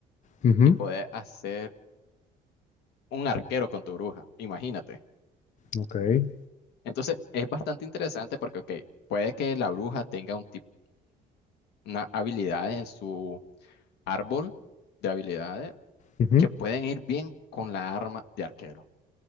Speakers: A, on the left (about 45°); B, on the left (about 80°).
A: Ujú,
B: y poder hacer un arquero con tu bruja, imagínate.
A: Ok.
B: Entonces, es bastante interesante porque, ok, puede que la bruja tenga un tipo, una habilidad en su árbol de habilidades
A: Ujú,
B: que pueden ir bien con la arma de arquero.